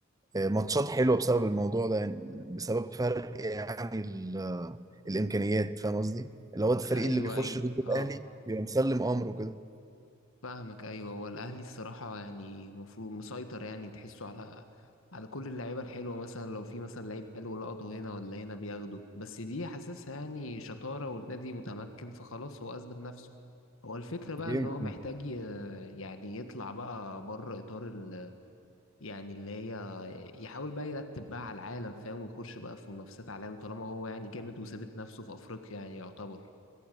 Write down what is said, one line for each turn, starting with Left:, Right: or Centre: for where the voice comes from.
Right: ماتشات حلوه بسبب الموضوع ده يعني بسبب فرق يعني ال- الامكانيات فاهم قصدي اللي هو الفريق
Left: ايوه
Right: اللي بيخش
Left: ايوه
Right: ضد الاهلي
Left: اه
Right: بيبقى مسلم امره كده
Left: فاهمك ايوه هو الاهلي الصراحه يعني المفروض مسيطر يعني تحسه على على كل اللعيبه الحلوه مثلا لو في مثلا لعيب حلو لقطه هنا ولا هنا بياخده بس دي حاسسها يعني شطاره والنادي متمكن فخلاص هو اثبت نفسه هو الفكره بقى
Right: يمكن
Left: ان هو محتاج ي- يعني يطلع بقى بره اطار ال يعني اللي هي يحاول بقى يرتب بقى على العالم فاهم ويخش بقى في منافسات عالم طالما هو يعني جامد وثابت نفسه في افريقيا يعني يعتبر